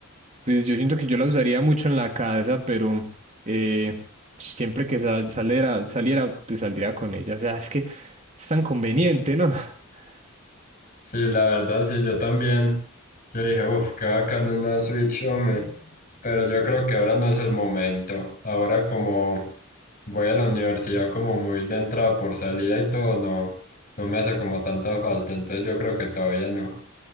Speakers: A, on the right (about 35°); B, on the left (about 40°).
A: Pues yo siento que yo la usaría mucho en la casa, pero eh, siempre que sal- saliera, saliera, pues saldría con ella. O sea, es que es tan conveniente, ¿no? <laughs>
B: Sí, la verdad, sí, yo también. Yo dije, uff, qué bacán una Switch, hombre. Pero yo creo que ahora no es el momento. Ahora, como voy a la universidad, como muy de entrada por salida y todo, no, no me hace como tanta falta. Entonces, yo creo que todavía no.